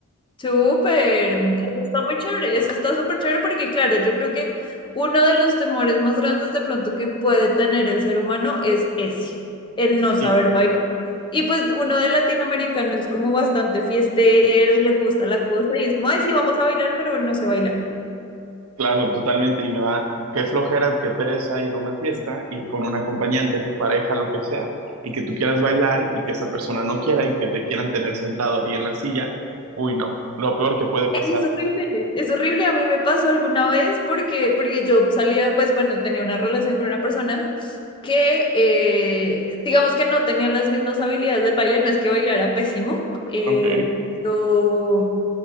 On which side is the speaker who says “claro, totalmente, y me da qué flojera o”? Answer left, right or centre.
Right